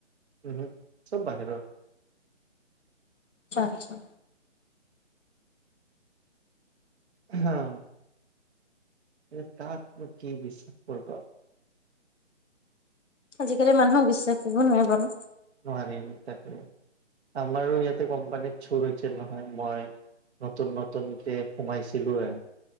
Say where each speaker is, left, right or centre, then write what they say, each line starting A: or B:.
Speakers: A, on the right (about 60°); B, on the left (about 80°).
A: উমহ, চব বাহিৰৰ।
B: আচ্ছা আচ্ছা।
A: আহা, এ কাকনো কি বিশ্বাস কৰিব।
B: আজিকালি মানুহক বিশ্বাস কৰিব নোৱাৰি বাৰু।
A: নোৱাৰিম তাকে, আমাৰো ইয়াতে কোম্পানীত চুৰ হৈছিল নহয়, মই নতুন নতুনকে সোমাইছিলো হে।